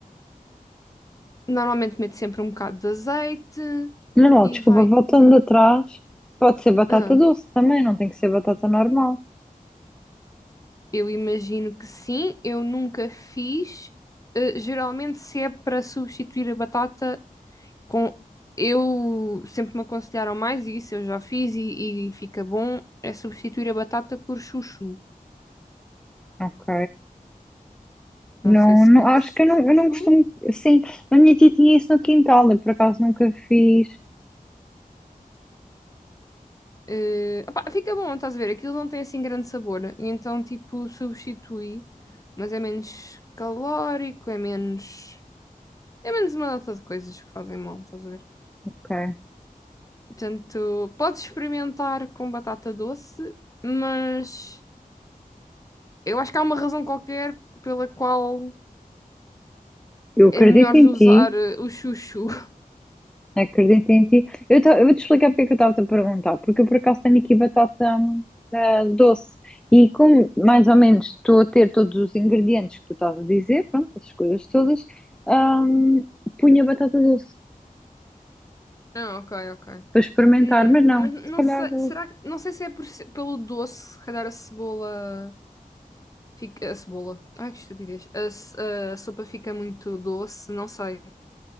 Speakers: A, on the left (about 20°); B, in the centre.
A: normalmente meto sempre um bocado de azeite
B: Não, não,
A: e
B: desculpa,
A: vai.
B: voltando atrás, pode ser batata
A: Ah,
B: doce também, não tem que ser batata normal,
A: eu imagino que sim, eu nunca fiz. Eh, geralmente, se é para substituir a batata, com, eu sempre me aconselharam mais e isso, eu já fiz e, e fica bom, é substituir a batata por chuchu.
B: ok?
A: Não
B: Não,
A: sei se
B: não,
A: conheces
B: acho que
A: o
B: eu não,
A: chuchu.
B: eu não costumo, sim, a minha tia tinha isso no quintal, eu por acaso nunca fiz,
A: Eh, opá, fica bom, estás a ver? Aquilo não tem assim grande sabor. E então, tipo, substitui, mas é menos calórico, é menos. É menos uma data de coisas que fazem mal, estás a ver?
B: ok?
A: Portanto, podes experimentar com batata doce, mas eu acho que há uma razão qualquer pela qual
B: Eu acredito
A: É melhor
B: em
A: usar
B: ti,
A: eh, o chuchu. <laughs>
B: Acredito em ti. Eu, ta- eu vou te explicar porque é que eu estava-te a perguntar, porque eu por acaso tenho aqui batata hum, ah, doce e como mais ou menos estou a ter todos os ingredientes que tu estás a dizer, pronto, as coisas todas, hum, punha batata doce
A: Ah, ok, ok.
B: para experimentar,
A: Hum,
B: mas não,
A: mas não
B: se calhar
A: sei,
B: eu-
A: será que, não sei se é por se- pelo doce, se calhar a cebola fica, a cebola, ai que estupidez, a, ce- a sopa fica muito doce, não sei.